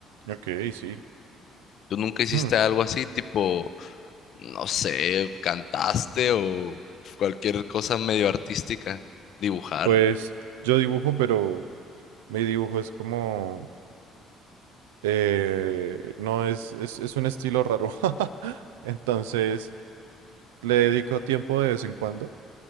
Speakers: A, on the right; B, on the left.
A: Ok, sí.
B: ¿Tú nunca hiciste
A: Hmm,
B: algo así, tipo, no sé, cantaste o cualquier cosa medio artística? Dibujar.
A: Pues yo dibujo, pero mi dibujo es como, eh, no es, es, es un estilo raro. <laughs> Entonces, le dedico tiempo de vez en cuando